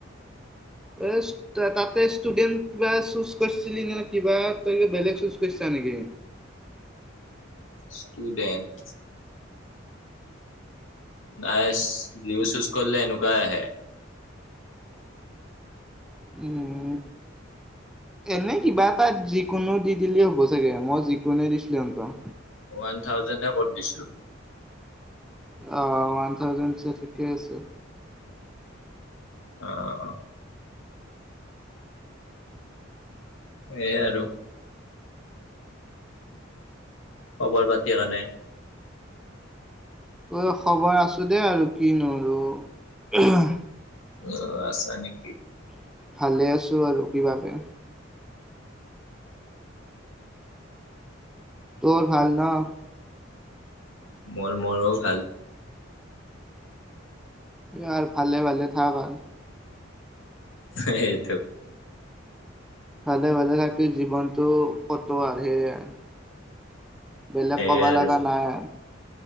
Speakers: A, in the centre; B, on the left.
A: ইছ তাতে ষ্টুডেন্ট কিবা চুজ কৰিছিলি নে নহ কিবা তই কিবা বেলেগ চুজ কৰিছা নেকি?
B: ষ্টুডেণ্ট নাইচ ভিউজ চুজ কৰিলে এনেকুৱাই আহে
A: উম এনে কিবা এটা যিকোনো দি দিলে হ'ব চাগে মই যিকোঁনো দিছিলো সিহঁতক।
B: ওৱান থাউজেণ্ডে কত দিছোঁ-
A: অঁ, ওৱান থাউজেণ্ড যে ঠিকে আছে
B: অ সেইয়া আৰু। খবৰ বাদ আনে-
A: উম খবৰ আছো দেই আৰু কি নো আৰু অ, হহঁ-
B: অহঁ আছা নেকি?
A: ভালে আছো আৰু কি ভাবে তোৰ ভাল নহঁ?
B: মৰ মোৰোঁ ভাল।
A: আহঁ, ভালে ভালে থাক আৰু
B: সেইটো
A: ভালে ভালে থাক। গোটে জীৱনটো। কতোঁ আৰু সেয়ে বেলেগ
B: সেইয়ে
A: কবা
B: আৰু
A: লগা নাই।